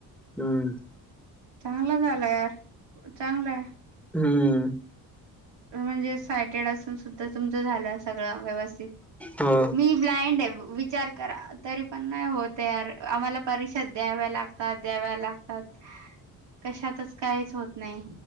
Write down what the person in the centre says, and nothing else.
हुं.
हुं.
हो